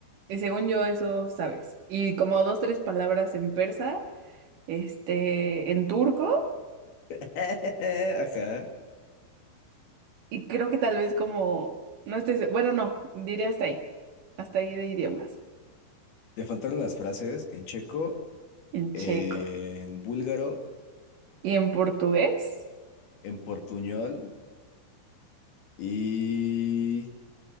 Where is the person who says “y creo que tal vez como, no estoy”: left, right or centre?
Right